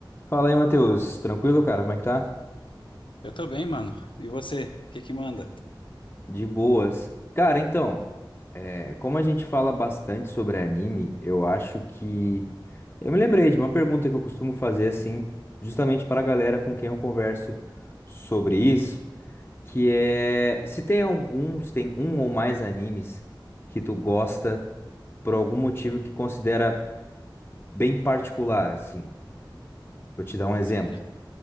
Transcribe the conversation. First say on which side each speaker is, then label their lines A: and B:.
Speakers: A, on the left; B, on the left.
A: Fala aí, Matheus. Tranquilo, cara? Como é que tá?
B: Eu tô bem, mano. E você? O que que manda?
A: De boas. Cara, então, é, como a gente fala bastante sobre anime, eu acho que. Eu me lembrei de uma pergunta que eu costumo fazer, assim, justamente para a galera com quem eu converso sobre isso, que é se tem alguns, tem um ou mais animes que tu gosta por algum motivo que considera bem particular, assim. Vou te dar um exemplo.
B: Se-